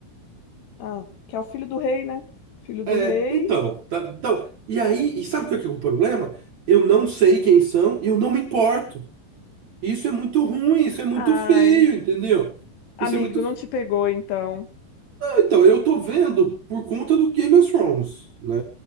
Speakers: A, on the left; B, on the right.
A: Ah, que é o filho do rei, né? Filho
B: É,
A: do rei.
B: então, tá- então. E aí, e sabe o que é que é o problema? Eu não sei quem são e eu não me importo. Isso é muito ruim, isso é muito
A: Ai,
B: feio, entendeu?
A: amigo,
B: Isso é muito
A: não te pegou, então.
B: Então, eu tô vendo por conta do Game of Thrones, né?